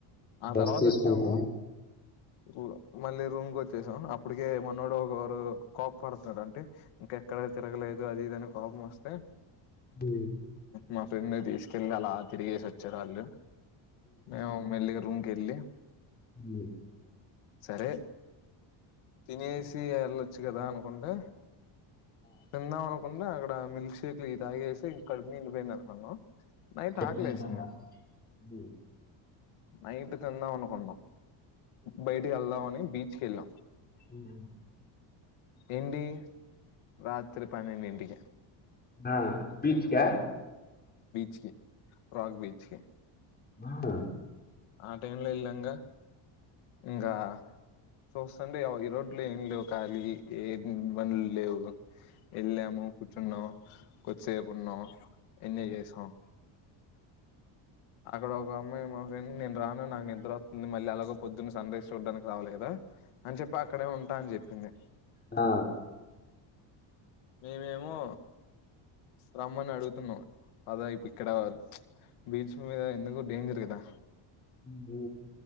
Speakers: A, on the left; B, on the left.
A: ఆ
B: బస్
A: తర్వాత
B: తీసుకుంటాం
A: వచ్చాము ఊ మళ్ళీ రూమ్ కోచ్ చేసాం అప్పటికే మనోడు ఒకరు కోప్పడుతాడు అంటే ఇంకా ఎక్కడ తిరగలేదు అది ఇది అని కోపం వస్తే
B: హ
A: మా ఫ్రెండ్ ని తీసుకెళ్లి అలా తిరిగేసి వచ్చారు ఆళ్ళు మేం మెల్లిగా రూమ్ కెళ్ళి
B: ఉ
A: సరే తినేసి వెళ్ళచ్చు గదా అనుకుంటే తిందాం అనుకుండ అక్కడ మిల్ షేక్లు ఈ తాగేసి ఈ కడుపు నిండిపోయింది అనుకున్నాం నైట్
B: ఎపు
A: ఆకలేసింది
B: నీదన్న బు
A: నైట్ తిందాం అనుకున్నాం బయటికెళ్దామని బీ కెళ్ళ
B: ఉహు
A: ఏండి రాత్రి పన్నెండు ఇంటికి
B: హ బీచ్ కా
A: చ్కి రాక్ బీచ్ కే
B: ఆహ
A: ఆ టైమ్ లో వెళ్ళాం గా ఇంగా చూస్తాను బె అవు ఈ రోడ్లు ఏం లేవు ఖాలీ ఏం బానులు లేవు వెళ్ళాము కూర్చున్నాం కొద్దిసేపు ఉన్న ఎన్నిజేసం అక్కడ ఒక అమ్మాయి మా ఫ్రెండ్ నేను రాను నాకు నిద్ర వుంది మళ్ అలాగో పొద్దున సన్రైజ్ చూడానికి రావాలి గదా అని చెప్పి అక్కడే ఉంటా అని చెప్ పిందె
B: ఆ
A: మీ ఏమో రమ్మని అడుగుతున్నాం పద ఇపు ఇక్కడ వర్ బీచ్ మీద ఎందుకు డేంజర్ గదా
B: ఊమ్ బు